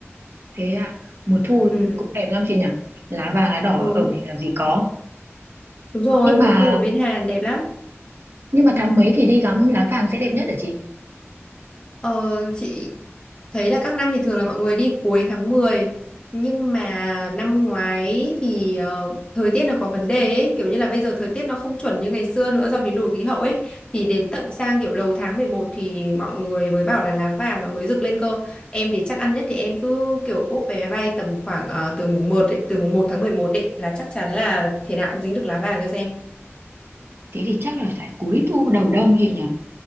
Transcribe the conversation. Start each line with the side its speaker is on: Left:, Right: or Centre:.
Right: Thế ạ, mùa thu
Left: Ừ.
Right: cũng đẹp lắm chị nhỉ? Lá vàng, lá đỏ
Left: Ừ,
Right: ở mình làm gì có.
Left: đúng rồi,
Right: Nhưng
Left: mùa
Right: mà
Left: thu ở bên Hàn đẹp lắm.
Right: nhưng mà tháng mấy thì đi ngắm lá vàng sẽ đẹp nhất hả chị?
Left: Ờ, chị thấy là các năm thì thường là mọi người đi cuối tháng mười nhưng mà năm ngoái thì ờ, thời tiết nó có vấn đề ấy, kiểu như là bây giờ thời tiết nó không chuẩn như ngày xưa nữa do biến đổi khí hậu ấy thì đến tận sang kiểu đầu tháng 11 thì mọi người mới bảo là lá vàng nó mới rực lên cơ. Em để chắc ăn nhất thì em cứ kiểu book vé máy bay tầm khoảng ờ, từ mùng một ấy, từ mùng một tháng 11 ấy là chắc chắn là thế nào cũng dính được lá vàng cho xem.
Right: Thế thì chắc là phải cuối thu đầu đông chị nhỉ?